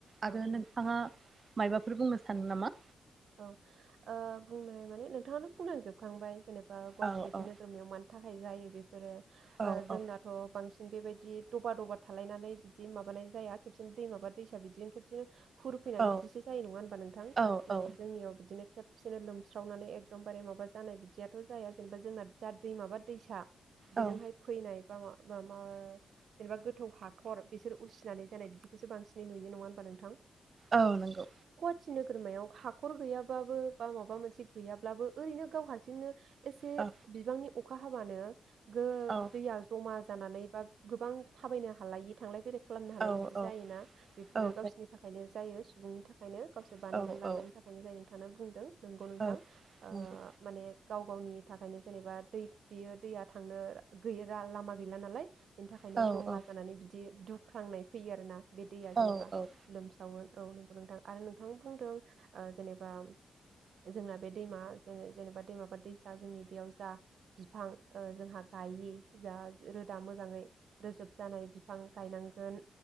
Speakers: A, on the right; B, on the right.
A: औ
B: आरो नोंथाङा मायबाफोर बुंनो सानो नामा
A: औ ओ बुंनाय माने नोंथाङानो बुंलांजोबखांबाय जेने बा गुहाटी
B: औ
A: बायदि
B: औ
A: नोरमायाव मानि थाखाय जायो बे फोरो
B: औ
A: ओ जोंनाथ'
B: औ
A: बांसिन बेबायदि दबा दबा थालायनानै बिदि माबानाय जाया खेबसेनो दैमा बा दैसा बिदिनो खेबसेनो हुर फैनानै
B: औ
A: बिदिसो जायो नङा होनबा नोंथां
B: औ
A: माने
B: औ
A: जोंनियाव बिदिनो खेबसेनो लोमस्रावनानै एकदमबारे माबा जानाय बिदियाथ' जाया जेनेबा जोंना जाद दैमाबा दैसा बेजोंहाय
B: औ
A: फैनाय बा मा बा मा जेनेबा गोथौ हाखर बिसोर उसिनानै जानाय बिदिखौसो बांसिनै नुयो नङा होनबा नोंथां
B: औ नोंगौ
A: थि नोगोरमायाव हाखर गैयाबाबो बा माबा मोनसे गैयाब्लाबो ओरैनो गाव हारसिंनो एसे
B: औ
A: बिबांनि अखा हाबानो गो
B: औ
A: दैया जमा जानानै बा गोबां थाबायनो हालायि थांलाय फैलाय खालामनो हालाय
B: औ
A: बिदि
B: औ
A: जायोना बेफोरो
B: औ
A: गावसिनि थाखायनो जायो <unintelligible> ओंखायनो गावसो
B: जायो
A: बानायनानै
B: औ
A: लानाय नोंथाङानो बुंदों नोंगौ नोंथां
B: औ
A: ओ
B: नंगौ
A: माने गाव गावनि थाखायनो जेनेबा दै बेयो दैया थांनो गै लामा गैला नालाय बेनि थाखायनो
B: औ
A: जमा
B: औ
A: जानानै बिदि दुख ख्रांनाय फैयो आरो ना बे दैया जेनेबा
B: औ औ
A: लोमसावो औ नंगौ नोंथां आरो नोंथां बुंदों ओ जेनेबा जोंना बे दैमा जेने-जेनेबा दैमा दैसा जोंनि बेयाव जा बिफां जोंहा गायि जा रोदा मोजाङै रोजोब जानाय बिफां गायनांगोन